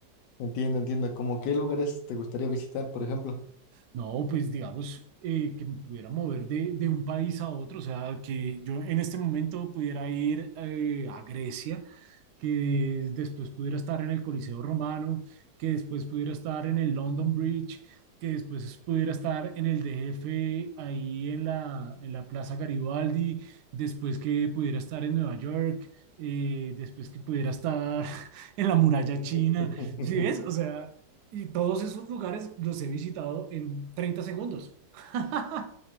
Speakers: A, on the left; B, on the right.
A: Entiendo, entiendo. ¿Cómo qué lugares te gustaría visitar, por ejemplo?
B: No, pues digamos eh, que me pudiera mover de, de un país a otro, o sea, que yo en este momento pudiera ir eh, a Grecia que después pudiera estar en el Coliseo Romano, que después pudiera estar en el London Bridge, que después pudiera estar en el DF, ahí en la, en la Plaza Garibaldi, después que pudiera estar en Nueva York, eh, después que pudiera estar <laughs> en la muralla
A: <laughs>
B: china, ¿sí ves? O sea, y todos esos lugares los he visitado en 30 segundos. <laughs>